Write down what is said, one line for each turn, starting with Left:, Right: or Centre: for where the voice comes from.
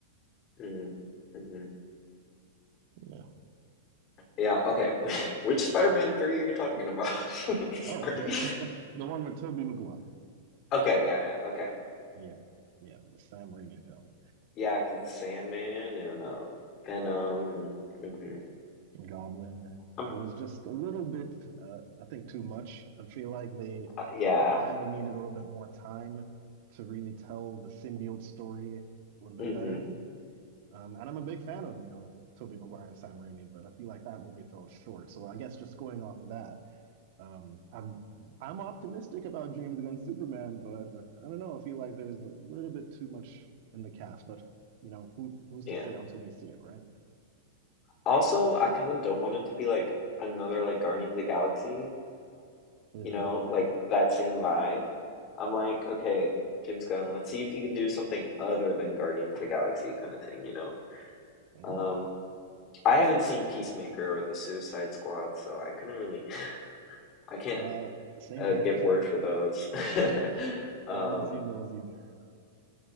Left: hmm hmm
Right: You know.
Left: Yeah, okay. <laughs> Which Spider-Man 3 are you talking about? <laughs> Sorry.
Right: Oh, <laughs> the one with Tobey Maguire.
Left: Okay, yeah, yeah, okay.
Right: Yeah, yeah, the Sam Raimi film,
Left: Yeah, 'cause the Sandman and um Venom. hmm
Right: Goblin.
Left: I'm,
Right: It was just a little bit, uh, I think, too much. I feel like they
Left: uh, yeah.
Right: kind of needed a little bit more time to really tell the symbiote story a little bit
Left: hmm
Right: better. Um, and I'm a big fan of, you know, Tobey Maguire and Sam Raimi, but I feel like that movie fell short. So I guess just going off of that, Um, I'm I'm optimistic about James Gunn's Superman, but I don't know. I feel like there's a little bit too much in the cast, but you know, who who's
Left: Yeah.
Right: to say until we see it, right?
Left: Also, I kind of don't want it to be like another like Guardians of the Galaxy.
Right: hmm
Left: you know, like that same vibe. I'm like, okay, James Gunn, let's see if you can do something other than Guardians of the Galaxy kind of thing, you know?
Right: Yeah.
Left: Um, I haven't seen Peacemaker or The Suicide Squad, so I couldn't really, <laughs> I can't
Right: Uh, same
Left: uh,
Right: here.
Left: give word for those. <laughs>
Right: <laughs>
Left: Um,
Right: I haven't seen those either.